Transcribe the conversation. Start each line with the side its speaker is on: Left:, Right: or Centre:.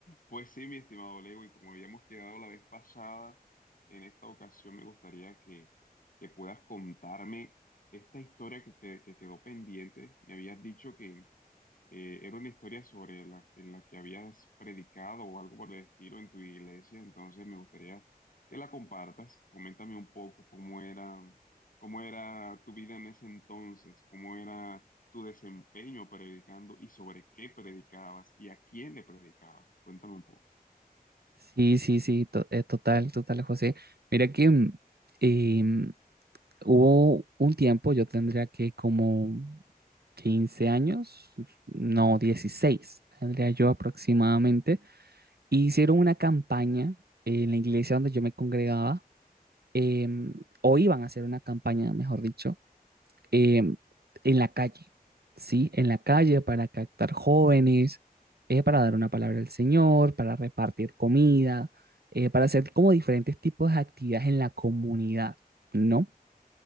Left: Pues sí, mi estimado Lewis, como habíamos quedado la vez pasada, en esta ocasión me gustaría que, que puedas contarme esta historia que, que- que quedó pendiente. Me habías dicho que eh, era una historia sobre la, en la que habías predicado o algo por el estilo en tu iglesia, entonces me gustaría que la compartas. Coméntame un poco cómo era, cómo era tu vida en ese entonces, cómo era tu desempeño predicando y sobre qué predicabas y a quién le predicabas. Cuéntame un poco.
Right: Sí, sí, sí, to- eh, total, total, José. Mira que mm, em, hubo un tiempo, yo tendría que como 15 años, no, 16, tendría yo aproximadamente, y hicieron una campaña en la iglesia donde yo me congregaba, em, o iban a hacer una campaña, mejor dicho, eh, en la calle, ¿sí? En la calle para captar jóvenes, eh, para dar una palabra al Señor, para repartir comida, eh, para hacer como diferentes tipos de actividades en la comunidad, ¿no?